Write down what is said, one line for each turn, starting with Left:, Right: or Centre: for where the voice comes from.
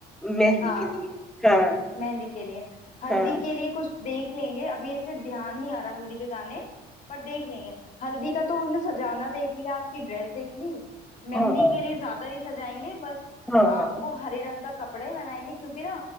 Centre: मेहंदी
Left: हाँ
Centre: के लिए हाँ
Left: मेहंदी के लिए हल्दी
Centre: हाँ
Left: के लिए कुछ देख लेंगे अभी ऐसे ध्यान नहीं आ रहा हल्दी के गाने पर देख लेंगे हल्दी का तो हमने सजाना देख लिया आपकी ड्रेस देख ली मेहंदी
Centre: हाँ
Left: के लिए ज्यादा नहीं सजाएंगे बस
Centre: हाँ हाँ,
Left: आपको हरे रंग का कपड़ा ही बनाएंगे क्योंकि ना